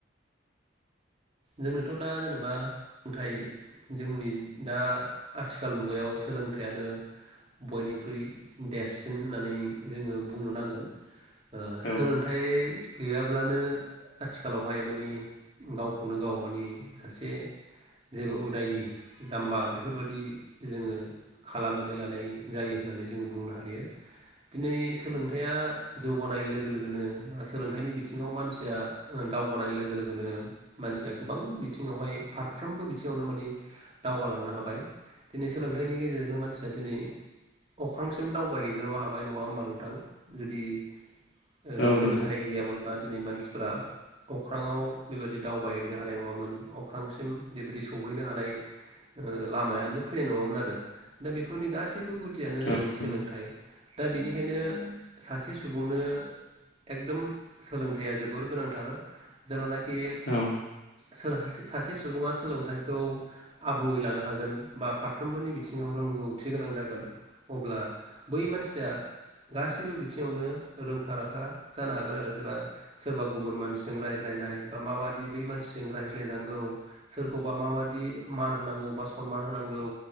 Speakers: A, on the right; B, on the left.
A: जोंनोथ' दा जेनेबा सोलोंथाइ जोंनि दा आथिखाल मुगायाव सोलोंथाइ आनो बयनिख्रुइ देरसिन होननानै जोङो बुंनो नांगोन ओ
B: औ
A: सोलोंथाइ गैयाब्लानो आथिखालावहाय मानि गाव गनो गाव मानि सासे जेबो उदायि जाम्बा बेफोरबादि जोङो खालामनानै लानाय जायो होननानै जोङो बुंनो हायो दिनै सोलोंथाइया जौगानाय लोगो लोगोनो बा सोलोंथाइनि बिथिङाव मानसिया ओ दावगानाय लोगो लोगोनो मानसिया गोबां बिथिङावहाय फारफ्रोमबो बिथिङावनो माने दावगालांनो हाबाय दिनै सोलोंथाइनि गेजेरजोंनो मानसिया दिनै अक ख्रांसिम दावबायहैनो हाबाय नङा होमबा नोंथां जुदि ओ
B: औ
A: सोलोंथाइ
B: नोंथां
A: गैयामोनब्ला दिनै मानसिफ्रा अख्राङाव बेबादि दावबायहैनो हानाय नङामोन अख्रांसिम बेबायदि सौहैनो हानाय ओ लामायानो फैनाय नङामोन आरो दा बे फोरनि गासैबो गुदियानो जादों
B: औ नंगौ
A: सोलोंथाइ दा बिनिखायनो सासे सुबुंनो एकदम सोलोंथाइया जोबोर गोनांथार जेब्लानाख खि
B: औ
A: सोरहा से सासे सुबुङा सोलोंथाइखौ आबुङै लानो हागोन बा फारफ्रोमबोनि बिथिङाव रोंगौथि गोनां जागोन अब्ला बै मानसिया गासैबो बिथिङावनो रोंखा राखा जानो हागोन आरो जेबा सोरबा गुबुन मानसिजों रायज्लायनाय बा माबाद दि बै मानसिजों रायज्लायनांगौ सोरखौबा माबादि मान होनांगौ बा सनमान होनांगौ